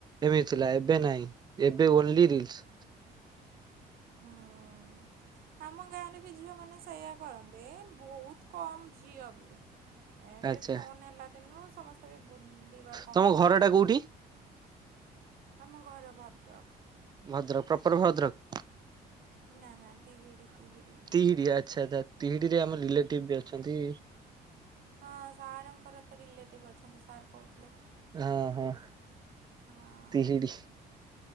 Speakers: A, on the right; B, on the right.
A: ଏମିତି ଥିଲା ଏବେ ନାଇଁ। ଏବେ ଓନ୍ଲି ରିଲ୍ସ।
B: ହୁଁ। ଆମ ଗାଁରେ ବି ଝିଅମାନେ ସେୟା କରନ୍ତି ଏ ବହୁତ କମ ଝିଅ ବି। ଏବେ
A: ଆଚ୍ଛା
B: ଫୋନ ହେଲା ଦିନରୁ ସମସ୍ତେ ବି ବୁଲିବା କମିଗଲାଣି।
A: ତମ ଘର ଟା କୋଉଠି?
B: ଆମ ଘର ଭଦ୍ରକ।
A: ଭଦ୍ରକ ପ୍ରପର ଭଦ୍ରକ।
B: ନା-ନା ତିହିଡି-ତିହିଡି।
A: ତିହିଡି ଆଚ୍ଛା-ଆଚ୍ଛା ତିହିଡିରେ ଆମର ରିଲେଟିଭ୍ ବି ଅଛନ୍ତି।
B: ହଁ ସାରଙ୍କର ତ ରିଲେଟିଭ୍ ଅଛନ୍ତି ସାର କହୁଥିଲେ।
A: ହଁ ହଁ
B: ହଁ ଅଁ।
A: ତିହିଡି